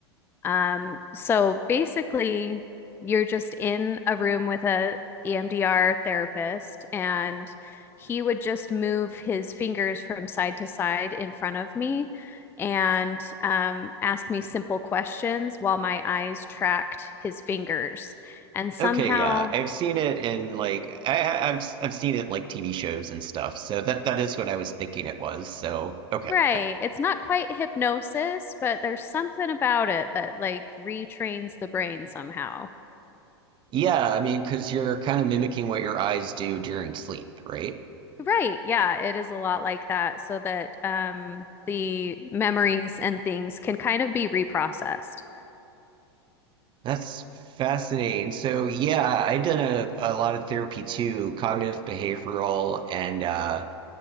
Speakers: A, on the left; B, on the right.
A: Um, so basically, you're just in a room with a EMDR therapist, and he would just move his fingers from side to side in front of me and um, ask me simple questions while my eyes tracked his fingers. And somehow,
B: Okay, yeah, I've seen it in like I, I've I've seen it like TV shows and stuff. So that that is what I was thinking it was. So okay.
A: right, it's not quite hypnosis, but there's something about it that like retrains the brain somehow.
B: Yeah, I mean, because you're kind of mimicking what your eyes do during sleep, right?
A: Right. Yeah, it is a lot like that so that um the memories and things can kind of be reprocessed.
B: That's fascinating. So, yeah, I've done a, a lot of therapy too, cognitive behavioral and uh,